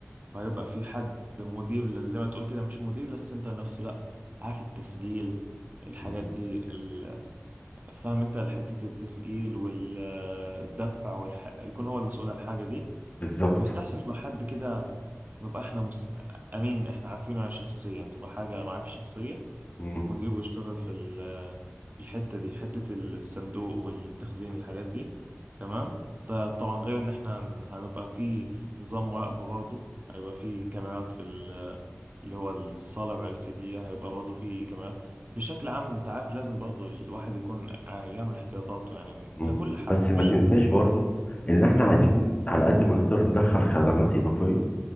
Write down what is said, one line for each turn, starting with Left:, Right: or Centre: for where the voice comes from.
Right: وهيبقى في حد مدير لل- زي ما تقول كده مش مدير للسنتر نفسه لا عارف التسجيل الحاجات
Left: مم،
Right: دي ال- فاهم انت حته التسجيل والدفع والح... يكون هو المسؤول عن الحاجه دي
Left: بالظبط
Right: ويستحسن يبقى حد كده نبقى احنا مس... امين احنا عارفينه يعني شخصيا تبقى حاجه معرفه شخصيه
Left: مم.
Right: ونجيبه يشتغل في ال- في الحتة دي حتة الصندوق والتخزين الحاجات دي تمام ط- طبعا غير ان احنا هن- هنبقى في نظام مراقبة برضه هيبقى في كاميرات في ال- اللي هو الصالة الرئيسية هيبقى برضه في كاميرات بشكل عام انت عارف لازم برضه الواحد يكون ع- يعمل احتياطاته يعني
Left: مم.
Right: لكل حاجة
Left: بس ما
Right: مش
Left: تنساش برضو ان احنا
Right: مم.
Left: عايزين على قد ما نقدر ندخل خدمات اضافيه